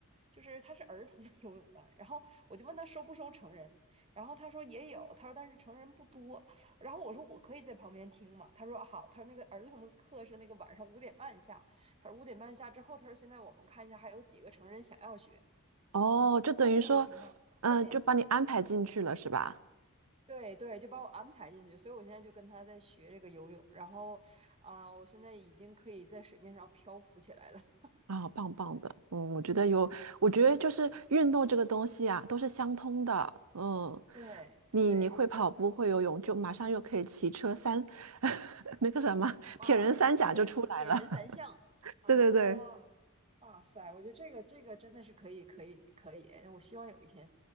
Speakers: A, on the right; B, on the right.
A: 就是他是儿童的 <laughs> 游泳班，然后我就问他收不收成人，然后他说也有，他说但是成人不多，然后我说我可以在旁边听嘛，他说啊好，他说那个儿童的课是那个晚上五点半下他说五点半下之后，他说现在我们看一下还有几个成人想要学
B: 哦，就等于说，
A: 这种情况。
B: 嗯、
A: 对
B: 就把你安排进去了，是吧？
A: 对对，就把我安排进去，所以我现在就跟他在学这个游泳，然后啊、我现在已经可以在水面上漂浮起来了。<laughs>
B: 啊，棒棒的，嗯，我觉得有，我觉得就是运动这个东西啊，都是相通的，嗯，
A: 对对，
B: 你你会跑步会游泳，就马上又可以骑车三，<laughs> 那个什么铁人三甲就出来了，
A: 哇，这个铁人三项，
B: <laughs>
A: 啊！
B: 对对对，
A: 哇塞，我觉得这个这个真的是可以可以可以，哎我希望有一天